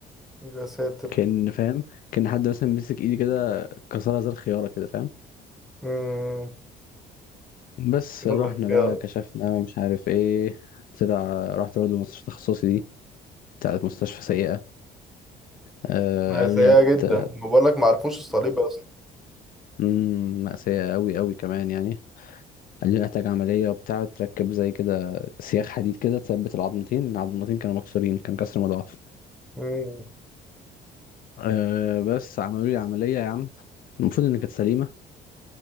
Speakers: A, in the centre; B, on the left.
A: يا ساتر
B: كان فاهم كان حد مثلا مسك ايدي كده كسرها زي الخياره كده فاهم
A: امم
B: بس رحنا
A: والله خيار
B: بقى كشفنا ومش عارف ايه طلع رحت برضه مستشفى تخصصي دي بتاعت مستشفى سيئه آه
A: ما هي
B: قالوا
A: سيئة
B: لي هت
A: جدا ما بقول لك ما عرفوش الصليب اصلا
B: امم مأساة قوي قوي كمان يعني قال لي محتاج عملية وبتاع تركب زي كده سياخ حديد كده تثبت العظمتين لأن العظمتين كانوا مكسورين كان كسر مضاعف
A: امم
B: أه بس عملوا لي عملية يا عم المفروض إن كانت سليمة